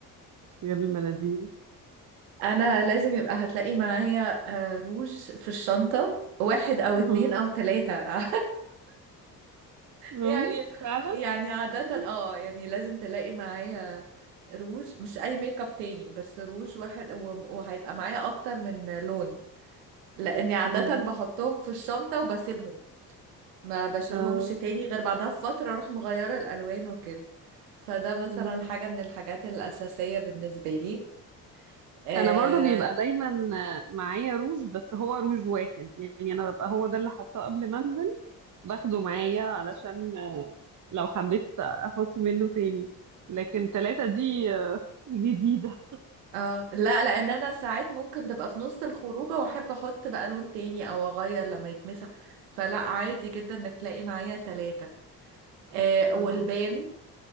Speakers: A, on the right; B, on the right.
A: غير المناديل
B: أنا لازم يبقى هتلاقي معايا آه، روج في الشنطة واحد أو
A: <laughs>
B: اتنين
A: مم.
B: أو تلاتة <laughs>
A: مم.
B: يعني
A: فعلا
B: يعني عادة
A: <laughs>
B: اه يعني لازم تلاقي معايا روج مش اي ميك اب تاني بس روج واحد و- وهيبقى معايا اكتر من لون لاني عادة
A: مم.
B: بحطهم في الشنطة وبسيبهم ما بشيلهمش
A: آه.
B: تاني غير بعدها بفترة اروح مغيرة الالوان وكده فده مثلا
A: مم.
B: حاجة من الحاجات الاساسية بالنسبة لي اه,
A: انا برضو بيبقى دايما معايا روج بس هو روج واحد يعني انا ببقى هو ده اللي حاطاه قبل ما انزل باخده معايا علشان آه، لو حبيت احط منه تاني لكن تلاتة دي آه، جديدة
B: آه لا لان انا ساعات ممكن تبقى في نص الخروجة واحب احط بقى لون تاني او اغير لما يتمسح فلا عادي جدا انك تلاقي معايا تلاتة آه
A: اه
B: والبان